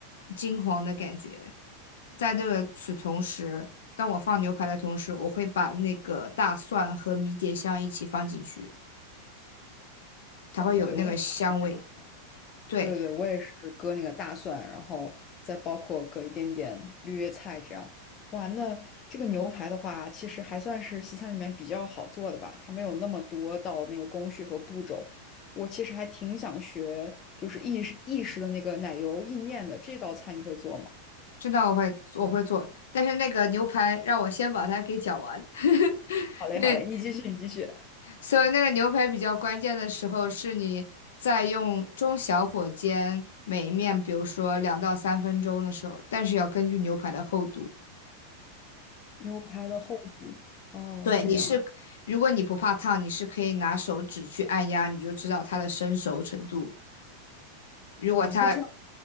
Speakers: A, on the left; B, on the left.
A: 金黄的感觉。在这个此同时，当我放牛排的同时，我会把那个大蒜和迷迭香一起放进去，它会有那个香味。
B: 哦，对，我跟你一样。
A: 对，
B: 对对，我也是割那个大蒜，然后再包括割一点点绿叶菜这样。哇，那这个牛排的话，其实还算是西餐里面比较好做的吧，它没有那么多道那个工序和步骤。我其实还挺想学，就是意式意式的那个奶油意面的这道菜，你会做吗？
A: 这道我会我会做，但是那个牛排让我先把它给搅完。<laughs>
B: 好嘞，
A: 那
B: 好嘞，你继续，你继续。
A: 所以那个牛排比较关键的时候，是你在用中小火煎每一面，比如说两到三分钟的时候，但是要根据牛排的厚度。
B: 牛排的厚度，哦，
A: 对，
B: 这样啊，
A: 你是，如果你不怕烫，你是可以拿手指去按压，你就知道它的生熟程度。如果它
B: 哇，那这样，